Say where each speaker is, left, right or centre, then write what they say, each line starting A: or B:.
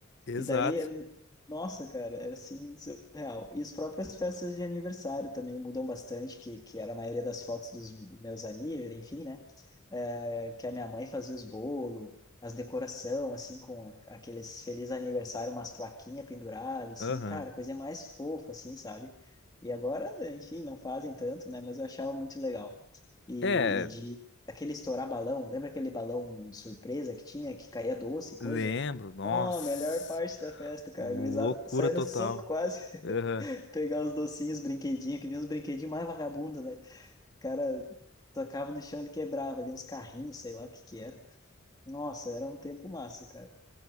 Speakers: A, on the left; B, on the left.
A: Exato.
B: E daí, nossa, cara, era assim, surreal. E as próprias festas de aniversário também mudam bastante, que, que era a maioria das fotos dos meus aníveis, enfim, né? É, que a minha mãe fazia os bolos, as decoração, assim, com a- aqueles feliz aniversário, umas plaquinhas penduradas, assim,
A: Aham.
B: cara, coisa mais fofa, assim, sabe? E agora, enfim, não fazem tanto, né? Mas eu achava muito legal. E,
A: É,
B: e de aquele estourar balão, lembra aquele balão surpresa que tinha, que caía doce e coisa?
A: lembro, nossa,
B: Ó, melhor parte da festa, cara.
A: loucura
B: A gurizada saia
A: total.
B: no soco quase,
A: Aham.
B: <laughs> pegar os docinhos, os brinquedinhos, que vinha uns brinquedinhos mais vagabundos, velho. O cara tocava no chão e quebrava ali uns carrinhos, sei lá o que que era. Nossa, era um tempo massa, cara.